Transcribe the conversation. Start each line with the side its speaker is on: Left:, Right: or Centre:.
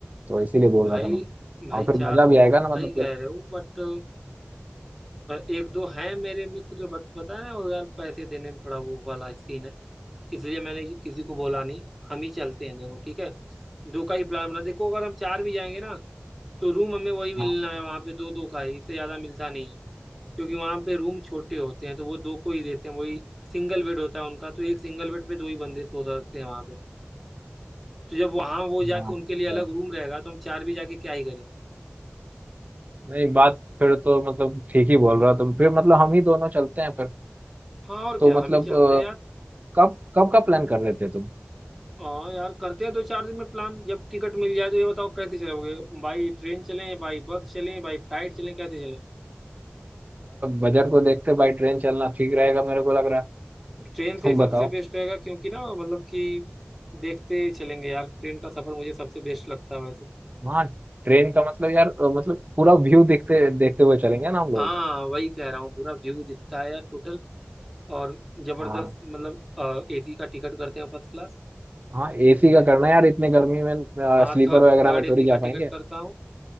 Right: तो इसीलिए बोल
Centre: भाई
Right: रहा था मैं
Centre: भाई
Right: और
Centre: चार
Right: फिर मजा
Centre: लोग
Right: भी आएगा
Centre: तुम
Right: ना
Centre: सही
Right: मतलब
Centre: कह
Right: पूरा
Centre: रहे हो बट एक दो हैं मेरे मित्र बट पता है ना वो यार पैसे देने में थोड़ा वो वाला सीन है इसलिए मैंने कि- किसी को बोला नहीं हम ही चलते हैं देखो ठीक है दो का ही प्लान बना देखो अगर हम चार भी जाएंगे ना तो रूम हमें वही मिलना
Right: हाँ
Centre: है वहाँ पे दो दो का ही इससे ज़्यादा मिलता नहीं है क्योंकि वहाँ पे रूम छोटे होते हैं तो वो दो को ही देते हैं वही सिंगल बेड होता है उनका तो एक सिंगल बेड पे दो ही बंदे सो सकते हैं वहाँ पे तो जब वहाँ वो जाके
Right: हाँ
Centre: उनके लिए अलग
Right: अच्छा।
Centre: रूम रहेगा तो हम चार भी जाके क्या ही करेंगे
Right: नहीं बात फिर तो मतलब ठीक ही बोल रहा हो तुम फिर मतलब हम ही दोनों चलते हैं फिर
Centre: हाँ और क्या
Right: तो मतलब
Centre: हम ही चलते हैं यार
Right: कब कब का प्लान कर रहे थे तुम
Centre: हाँ यार करते हैं दो चार दिन में प्लान जब टिकट मिल जाए तो ये बताओ कैसे चलोगे बाई ट्रेन चलें बाई बस चलें बाई फ्लाइट चलें कैसे चलें
Right: बजट को देखते भाई ट्रेन चलना ठीक रहेगा मेरे को लग रहा है
Centre: ट्रेन से
Right: तुम
Centre: ही सबसे
Right: बताओ
Centre: बेस्ट रहेगा क्योंकि ना मतलब कि देखते चलेंगे यार ट्रेन का सफर मुझे सबसे बेस्ट लगता है वैसे
Right: हाँ ट्रेन का मतलब यार अ, मतलब पूरा व्यू देखते देखते हुए चलेंगे ना हम लोग
Centre: हाँ वही कह रहा हूँ पूरा व्यू दिखता है यार टोटल और जबरदस्त
Right: हाँ
Centre: मतलब एसी का टिकट करते हैं फर्स्ट क्लास
Right: हाँ एसी
Centre: ठीक
Right: का
Centre: है
Right: करना है यार इतने गर्मी में
Centre: हाँ
Right: स्लीपर
Centre: थ,
Right: वगैरह
Centre: थर्ड
Right: में
Centre: एसी
Right: थोड़ी
Centre: का
Right: जा
Centre: टिकट
Right: पाएंगे
Centre: करता हूँ